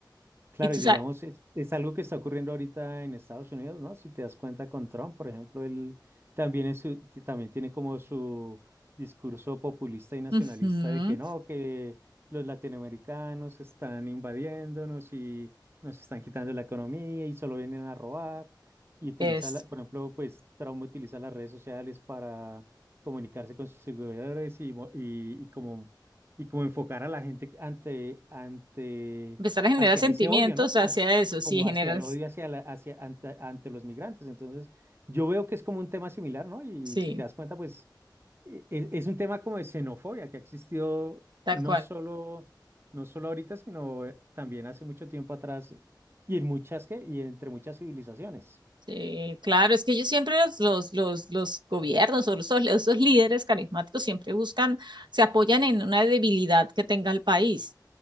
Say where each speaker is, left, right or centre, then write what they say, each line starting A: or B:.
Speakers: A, on the right (about 30°); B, on the right (about 75°).
A: Claro,
B: Y tú
A: y digamos,
B: sabes,
A: es, es algo que está ocurriendo ahorita en Estados Unidos, ¿no? Si te das cuenta con Trump, por ejemplo, él también, es su- ti- también tiene como su discurso populista y nacionalista
B: ujú,
A: de que no, que los latinoamericanos están invadiéndonos y nos están quitando la economía y solo vienen a robar. Y utiliza,
B: es
A: la- por ejemplo, pues Trump utiliza las redes sociales para comunicarse con sus seguidores y, mo- y, y como, y como enfocar a la gente ante, ante
B: empezar a generar
A: hacia
B: sentimientos
A: ese odio, ¿no? Como
B: hacia
A: hacia,
B: eso, sí,
A: como
B: generas,
A: hacia el odio hacia, la- hacia ante, ante los migrantes. Entonces, yo veo que es como un tema similar, ¿no? Y
B: sí,
A: si te das cuenta, pues e- e- es, un tema como de xenofobia que ha existido
B: tal
A: no
B: cual.
A: solo, no solo ahorita, sino eh, también hace mucho tiempo atrás y en muchas que, y entre muchas civilizaciones.
B: Sí, claro, es que ellos siempre los, los, los, los gobiernos o los, <laughs> esos líderes carismáticos siempre buscan, se apoyan en una debilidad que tenga el país.